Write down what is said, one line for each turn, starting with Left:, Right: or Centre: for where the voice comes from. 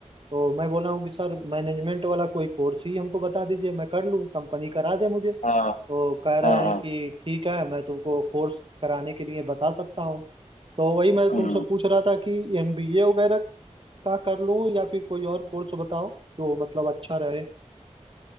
Right: तो मैं बोला हूँ कि सर मैनेजमेंट वाला कोई कोर्स ही हमको बता दीजिए मैं कर लूँ कंपनी करा दे मुझे तो
Left: हाँ
Right: कह रहे
Left: हाँ हाँ
Right: हैं कि ठीक है मैं तुमको कोर्स कराने के लिए बता सकता हूँ तो वही मैं
Left: हम्म
Right: तुमसे पूछ रहा था कि एमबीए वगैरह का कर लूँ या फिर कोई और कोर्स बताओ जो मतलब अच्छा रहे